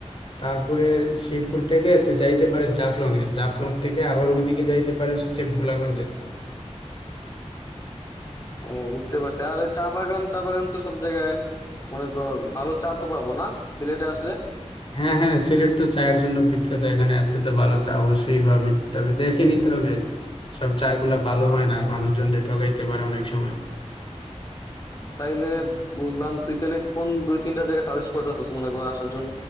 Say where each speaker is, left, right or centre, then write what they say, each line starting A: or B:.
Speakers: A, on the left; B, on the left.
A: তারপরে শ্রীপুর থেকে তুই যাইতে পারিস জাফলং এ জাফলং থেকে আবার ওইদিকে যাইতে পারিস হচ্ছে ভোলাগঞ্জে
B: ও বুঝতে পারছি আর ওই চা বাগান টা বাগান তো সব জায়গায় মনে কর ভালো চা তো পাবো না সিলেটে আসলে
A: হ্যাঁ হ্যাঁ সিলেট তো চায়ের জন্য বিখ্যাত এখানে আসতে তো ভালো চা অবশ্যই পাবি তবে দেখে নিতে হবে সব চা গুলা ভালো হয় না মানুষজনকে ঠকাইতে পারে অনেক সময়
B: তাইলে বুঝলাম তুই তাহলে কোন দুই তিনটা জায়গা সাজেস্ট করতেছিস মনে কর আসার জন্য